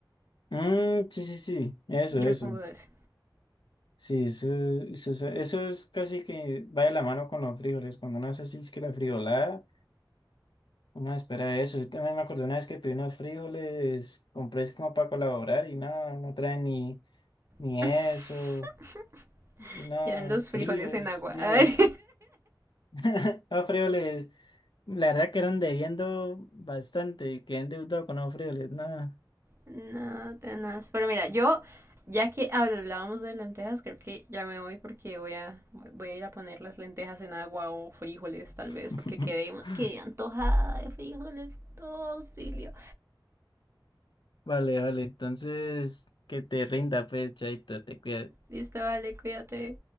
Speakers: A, on the left; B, on the right.
A: Mmm, sí, sí, sí, eso,
B: Yo
A: eso.
B: le pongo de ese.
A: Sí, eso, eso, eso- eso es casi que va de la mano con los frijoles. Cuando uno hace así, es que la frijolada. No, espera eso. Yo también me acordé una vez que pedí unos frijoles, compré es como para colaborar y nada, no traen ni, ni
B: <laughs>
A: eso. No,
B: Ya los
A: fríos,
B: frijoles en agua.
A: Dios.
B: <laughs> Ay,
A: <laughs> Los frijoles, la verdad que eran debiendo bastante, quedé endeudado con los frijoles, nada.
B: No, tenaz. Pero mira, yo, ya que hablábamos de lentejas, creo que ya me voy porque voy a, voy a ir a poner las lentejas en agua o frijoles, tal vez,
A: <laughs>
B: porque quedé, quedé antojada de frijoles. Oh, auxilio.
A: Vale, vale, entonces que te rinda, pues, chaito, te cuidas.
B: Listo, vale, cuídate.